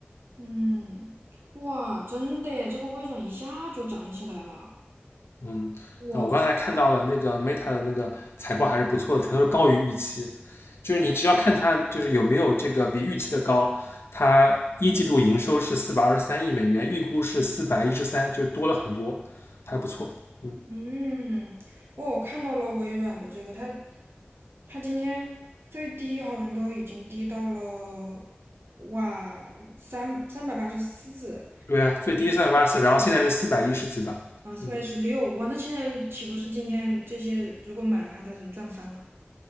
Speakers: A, on the right; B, on the left.
A: 嗯，哇，真的耶，这个微软一下就涨起来了。
B: 嗯，
A: 我。
B: 啊，我刚才看到了那个 Meta 的那个财报还是不错的，全都是高于预期。就是你只要看它，就是有没有这个比预期的高，它一季度营收是四百二十三亿美元，预估是四百一十三，就是多了很多，还不错。嗯，
A: 嗯，我我看到了微软的这个，它它今天最低好像都已经低到了哇三三百八十四
B: 对啊，最低三百八十四，然后现在是四百一十几吧。
A: 啊四百一十六，
B: 嗯，
A: 哇，那现在岂不是今天这些如果买了它的人赚翻了？